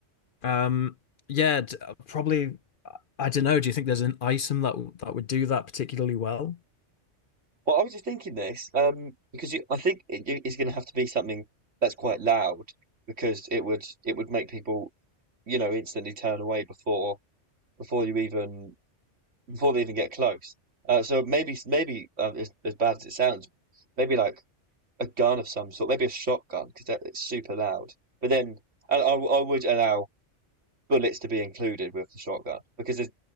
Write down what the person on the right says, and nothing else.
Well, I was just thinking this um, because you, I think it, it's going to have to be something that's quite loud because it would it would make people you know instantly turn away before before you even before they even get close. Uh, so maybe, maybe uh, as, as bad as it sounds, maybe like a gun of some sort, maybe a shotgun because it's super loud. But then I, I, I would allow bullets to be included with the shotgun because there's-